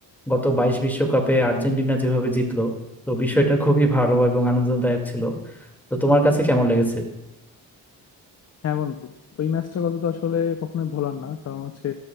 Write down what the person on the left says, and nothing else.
হ্যাঁ বন্ধু ওই ম্যাচটার কথা তো আসলে কখনোই ভোলার না কারণ হচ্ছে